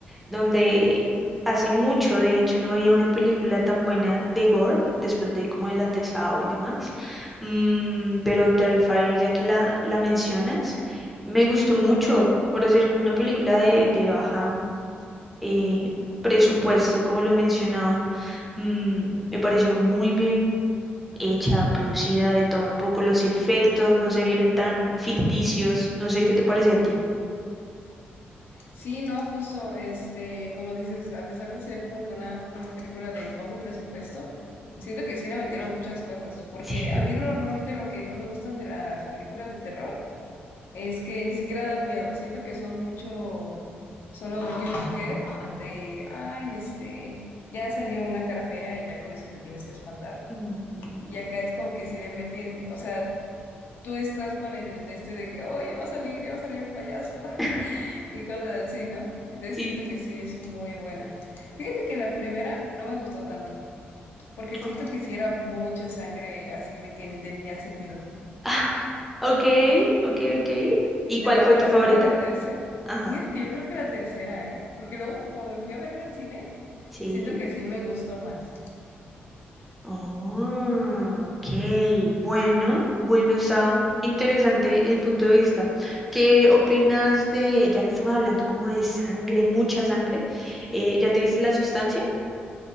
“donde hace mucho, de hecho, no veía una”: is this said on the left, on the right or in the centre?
Centre